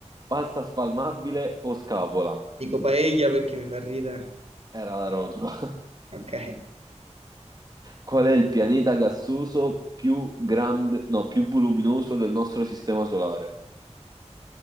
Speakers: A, on the right; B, on the right.
A: pasta spalmabile o scapola?
B: Dico paella perché mi fa ridere.
A: Era la rotula.
B: Ok.
A: Qual è il pianeta gassoso più grande, no, più voluminoso del nostro sistema solare?